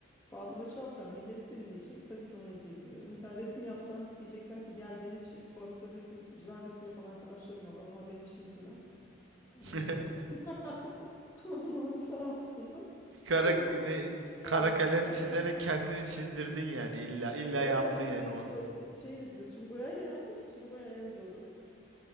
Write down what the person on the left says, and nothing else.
Bağlama çalacağım. Millet dinleyecek. Tabii ki ona girmiyorum. Mesela resim yapsam diyecekler ki gel beni çiz. Bu arada resim güzel resim yapan arkadaşlarım var. Onlar beni çizdiler. Onlar
da <laughs> onlar sağ olsunlar. <laughs>
Tamam.
Aynen.
Ka-
ka-
kara
kalem
değil.
Yok şeyle bir de sulu boyayla yaptı ki sulu boya en zoru.